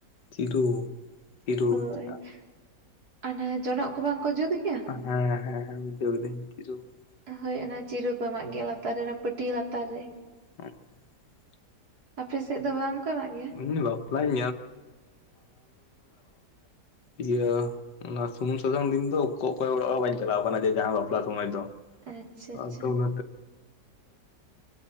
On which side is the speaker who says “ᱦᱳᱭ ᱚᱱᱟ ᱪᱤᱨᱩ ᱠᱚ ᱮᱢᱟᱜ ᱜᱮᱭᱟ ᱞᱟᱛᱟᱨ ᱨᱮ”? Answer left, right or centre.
Right